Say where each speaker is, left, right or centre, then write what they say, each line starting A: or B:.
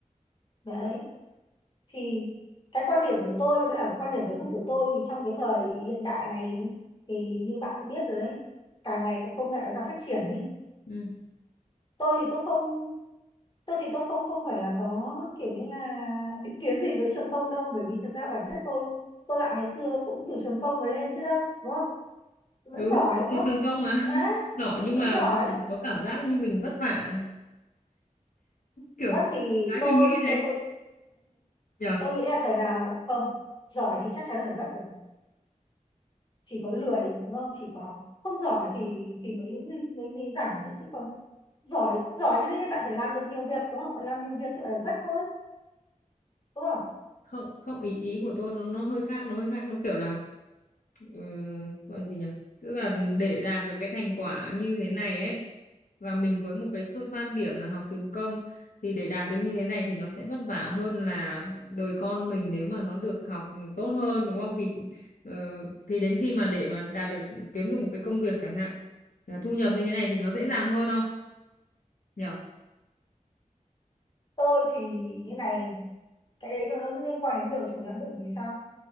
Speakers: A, on the left; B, on the left.
A: đấy thì cái quan điểm của tôi với cả quan điểm giáo dục của tôi thì trong cái thời hiện đại này thì như bạn cũng biết rồi đấy càng ngày các công nghệ nó càng phát triển ấy.
B: ừ.
A: tôi thì tôi không tôi thì tôi không không phải là có kiểu như là định kiến gì với trường công đâu bởi vì thực ra bản chất tôi tôi bạn ngày xưa cũng từ trường công mà lên chứ đâu đúng không vẫn
B: ừ
A: giỏi đúng
B: thì
A: không
B: trường công mà
A: đấy
B: <laughs> giỏi nhưng
A: vẫn
B: mà
A: giỏi
B: có cảm giác như mình vất vả kiểu
A: vất thì
B: cái
A: tôi
B: mình nghĩ đấy
A: tôi tôi
B: nhở
A: tôi nghĩ là thời nào không giỏi thì chắc chắn là phải vất rồi chỉ có lười đúng không chỉ có không giỏi thì thì mới mới mới rảnh thôi chứ còn giỏi giỏi cho nên bạn phải làm được nhiều việc đúng không bạn làm nhiều việc thì bạn phải vất thôi đúng không
B: không không ý ý của tôi nó nó hơi khác nó hơi khác nó kiểu là ừ, gọi gì nhở tức là để đạt được cái thành quả như thế này ấy và mình với một cái xuất phát điểm là học trường công thì để đạt được như thế này thì nó sẽ vất vả hơn là đời con mình nếu mà nó được học tốt hơn đúng không thì ờ, thì đến khi mà để mà đạt được kiếm được một cái công việc chẳng hạn là thu nhập như thế này thì nó dễ dàng hơn không nhở
A: tôi thì như này cái đấy nó liên quan đến nhiều thứ lắm bởi vì sao